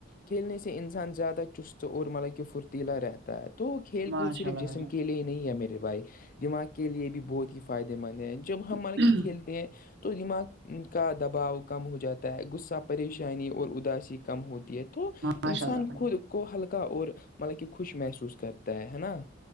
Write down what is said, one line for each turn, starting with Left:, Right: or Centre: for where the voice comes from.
Left: کھیلنے سے انسان زیادہ چست اور مطلبکہ پرتی ی رہتا ہے تو کھیل
Right: ماشاء
Left: کود صرف
Right: اللہ
Left: جسم
Right: بھائی
Left: کے لیے ہی نہیں ہے میرے بھائی دماغ کے لیے بھی بہت ہی فائدے مند ہیں جب ہم مل
Right: جان
Left: کہ کھیلتے ہیں تو تو دماغ کا دباؤ کم ہو جاتا ہے غصہ پریشانی اور اداسی کم ہوتی ہے تو
Right: ماشاء
Left: انسان
Right: اللہ
Left: خود کو ہلکا اور مطلب کہ خوش محسوس کرتا تا ہے نا